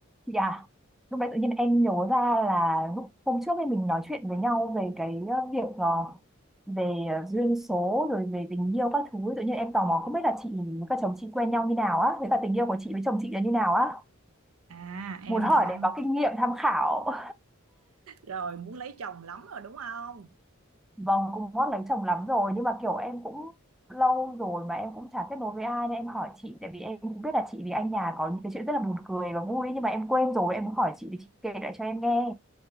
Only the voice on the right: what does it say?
À, em
là đang
rồi muốn lấy chồng lắm rồi đúng không?